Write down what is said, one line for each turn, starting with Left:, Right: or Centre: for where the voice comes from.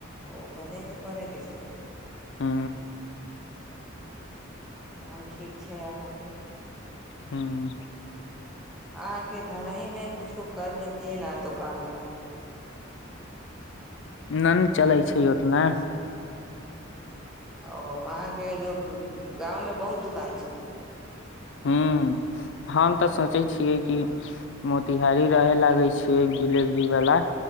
Centre: ओ घरहि से पढै के छै
Left: ह
Centre: काम ठीक छै अहाँके
Left: हूँ
Centre: अहाँके घर ही में कुछो कर लेतीयै नऽ दोकान उकान
Left: नहि चलै छै ओतना
Centre: ओ अहाँ के जो गाँंव में बहुत दुकान छै
Left: हूँ, हम तऽ सोचै छियै कि मोतिहारी रहे लागे छियै डिलेवरी वाला